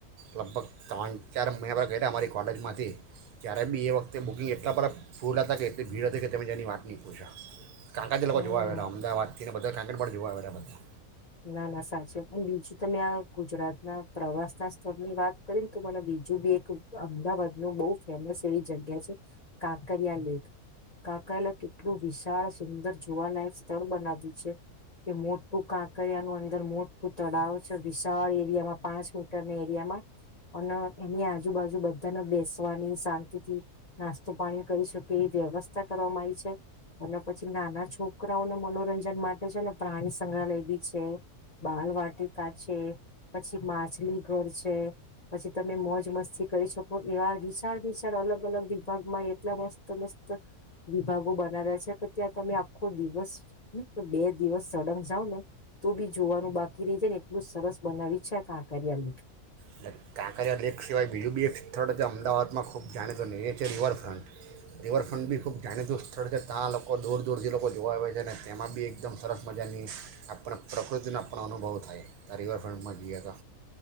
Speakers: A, on the right; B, on the left.
A: લગભગ ત્રણ ચાર મહિના ગ અમારી કોલેજમાંથી જ્યારે સાહેબી એ વખતે બુકિંગ એટલા બ ફૂલ હતા કે એટલી ભીડ હતી કે તમે જેની વાતહી પૂછા કાંકા જ લોકો
B: હમ.
A: જોવા આવેલા અમદાવાદ તેને બધા કાંકણ પણડ જોવા આવે્યા બધા
B: ના ના સાચું અને બીજું તમે આ ગુજરાતના પ્રવાસ ના સ્થળની વાત કરીને તો મને બીજું બી એક અમદાવાદ નું બહ ફેમસ એવી જગ્યા છે કાંકરિયા લેક કાંકરિયા લેક એટલું વિશાળ સુંદર જોવાલાયક સ્થળ બનાવ્યું છે કે મોટું કાંક નું અંદર મોટું તળાવ છે વિશાળ એરિયામાં પાંચ મીટરની એરિયામાં અને એની આજુબાજુ બધાને બેસવાની શાંતિથી નાસ્તો પાણી કરી શકે એવી વ્યવસ્થા કરવામાં આવી છે અને પછી નાના છોકરાઓને મનોરંજન માટે છે ને પ્રાણી સંગ્રહાલય બી બાલ વાટિકા છે પછી માછલી ઘર છે પછી તમે મોજ મસ્તી કરી શકો એવા વિશાળ વિશાળ અલગ અલગ વિભાગમાં એટલા મસ્ત મસ્ત વિભાગો બનાવ્યા છે કે ત્યાં તમે આખો દિવસ બે દિવસ સળંગ જાાવ ને તો બી જોવાનું બાકી રહી જાય ને એટલું જ સરસ બનાવી છે ક કાર્યા લીધું
A: એટલે કાંકરિયા લેક સિવાય બીજું બી એક સ્થળ છે અમદાવાદમાં ખૂબ જાણીતું ન એ છે રિવરફ્રન્ટ રિવરફ્રન્ટ બી ખૂબ જાણીતું સ્થળ છે ત્યાં લોકો દૂર દૂરથી લોકો જોવા આવે છે અને તેમાં બી એકદમ સરસ મજાની આપણે પ્રકૃતિનો પણણ અનુભવ થાય તં રિવરફ્રન્ટમાં જઈએ તો